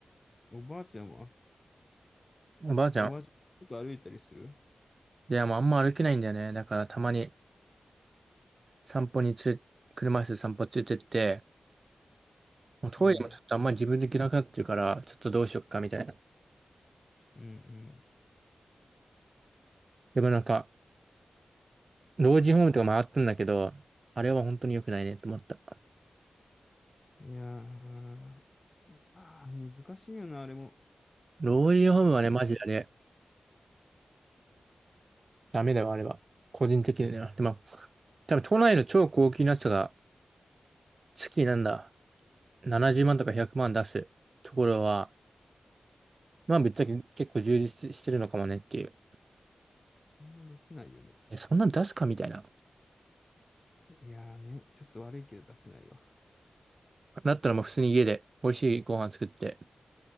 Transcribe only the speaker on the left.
おばあちゃんは
おばあちゃん、ちょっと歩いたりする
うん。
うん
うん。いやー、あー難しいよな、あれも。
そんな出せないよね。
いやーね、ちょっと悪いけど出せないわ。